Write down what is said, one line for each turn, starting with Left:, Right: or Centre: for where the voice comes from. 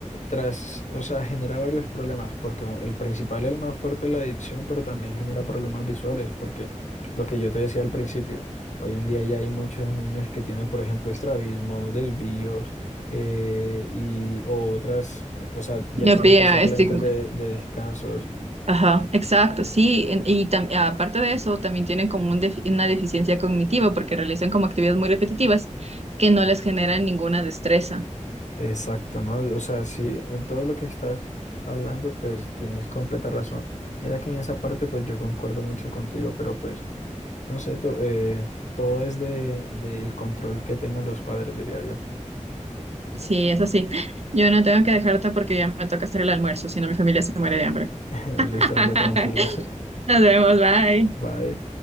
Left: tras, o sea, genera varios problemas, porque el principal, el más fuerte es la adicción, pero también genera problemas visuales, porque lo que yo te decía al principio, hoy en día ya hay muchos niños que tienen, por ejemplo, estrabismo, desvíos, eh, y o otras, o sea, ya
Right: Ya
Left: tienen
Right: pía,
Left: que usar lentes
Right: estigma.
Left: de, de descansos.
Right: Ajá, exacto, sí. en- Y tam- aparte de eso, también tienen como un defi- una deficiencia cognitiva porque realizan como actividades muy repetitivas que no les generan ninguna destreza.
Left: Exacto, ¿no? O sea, sí, en todo lo que estás hablando, pues tienes completa razón. Mira que en esa parte, pues yo concuerdo mucho contigo, pero pues No sé, to- eh, todo es de, del control que tengan los padres, diría yo.
Right: Sí, es así. Yo no tengo que dejarte porque ya me toca hacer el almuerzo, si no mi familia se muere de hambre.
Left: <laughs> Listo,
Right: <laughs>
Left: dale tranquila. <laughs>
Right: Nos vemos, bye.
Left: Bye.